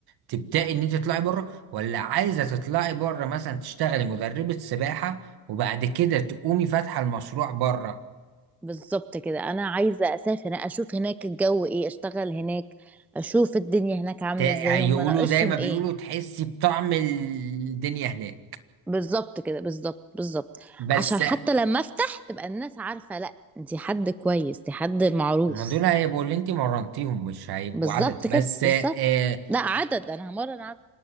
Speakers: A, on the right; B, in the centre.
A: تبداي ان انت تطلعي بره ولا عايزه تطلعي بره مثلا تشتغلي مدربه سباحه وبعد كده تقومي فاتحه المشروع بره
B: بالظبط كده انا عايزه اسافر اشوف هناك الجو ايه اشتغل هناك اشوف الدنيا هناك عامله
A: تا-
B: ازاي
A: يقولوا
B: هم ناقصهم
A: زي ما بيقولوا
B: ايه
A: تحسي بطعم الدنيا هناك
B: بالظبط كده بالظبط بالظبط
A: بس
B: عشان حتى لما افتح تبقى الناس عارفه لا انتي حد كويس انتي حد معروف
A: ما دول هيبقوا اللي انت مرنتيهم مش هيبقوا
B: بالظبط
A: عدد بس
B: كده بالظبط
A: آه
B: لا عدد انا همرن عدد